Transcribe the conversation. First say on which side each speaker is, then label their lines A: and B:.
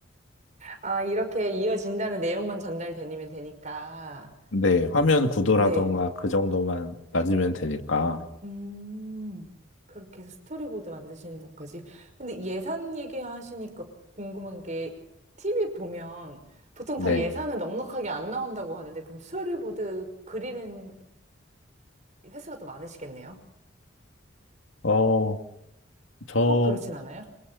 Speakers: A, on the right; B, on the left.
A: 아, 이렇게 이어진다는 내용만 전달되면 되니까.
B: 네, 화면 구도라던가
A: 네.
B: 그 정도만 낮으면 되니까.
A: 음, 그렇게 해서 스토리보드 만드시는 분까지. 근데 예산 얘기하시니까 궁금한 게, TV 보면 보통
B: 네.
A: 다 예산은 넉넉하게 안 나온다고 하는데, 그럼 스토리보드 그리는 횟수가 더 많으시겠네요?
B: 어, 저
A: 꼭 그렇진 않아요?